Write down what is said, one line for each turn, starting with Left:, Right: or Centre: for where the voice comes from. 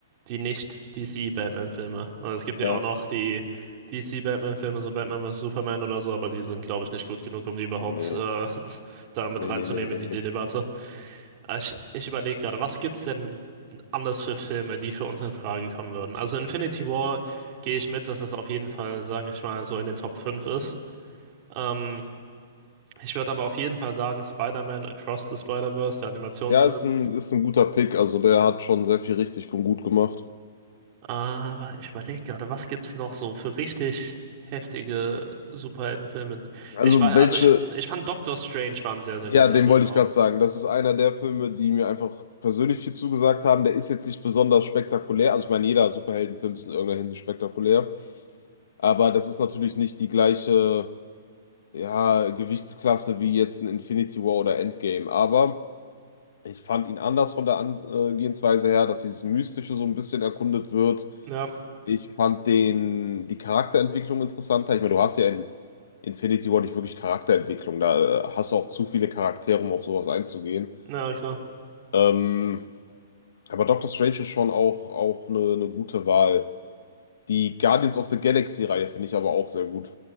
Right: die Nicht-DC-Batman-Filme. Also es gibt ja
Left: Ja.
Right: auch noch die DC-Batman-Filme, so Batman vs. Superman oder so, aber die sind, glaube ich, nicht gut genug, um die überhaupt
Left: Nee.
Right: äh, <laughs> da mit
Left: Nee,
Right: reinzunehmen
Left: nee, nee, nee, nee.
Right: in die Debatte. Aber Ich, ich überlege gerade, was gibt's denn anders für Filme, die für uns in Frage kommen würden? Also Infinity War gehe ich mit, dass es auf jeden Fall, sage ich mal, so in den Top 5 ist. Ähm, ich würde aber auf jeden Fall sagen, Spider-Man Across the Spider-Verse, der Animationsfilm.
Left: Ja, ist ein, ist ein guter Pick. Also der hat schon sehr viel richtig und gut gemacht.
Right: Aber ich überlege gerade, was gibt's noch so für richtig heftige Superheldenfilme?
Left: Also
Right: Ich war,
Left: welche,
Right: also ich, ich fand Doctor Strange war ein sehr, sehr
Left: ja,
Right: guter
Left: den
Right: Film
Left: wollte
Right: auch.
Left: ich gerade sagen. Das ist einer der Filme, die mir einfach persönlich viel zugesagt haben. Der ist jetzt nicht besonders spektakulär. Also ich meine, jeder Superheldenfilm ist in irgendeiner Hinsicht spektakulär. Aber das ist natürlich nicht die gleiche, ja, Gewichtsklasse wie jetzt ein Infinity War oder Endgame. Aber ich fand ihn anders von der Angehensweise her, dass dieses Mystische so ein bisschen erkundet wird
Right: Ja,
Left: Ich fand den, die Charakterentwicklung interessanter. Ich meine, du hast ja in Infinity War nicht wirklich Charakterentwicklung. Da äh, hast du auch zu viele Charaktere, um auf sowas einzugehen.
Right: ja, klar.
Left: Ähm, aber Doctor Strange ist schon auch, auch eine, eine gute Wahl. Die Guardians of the Galaxy-Reihe finde ich aber auch sehr gut.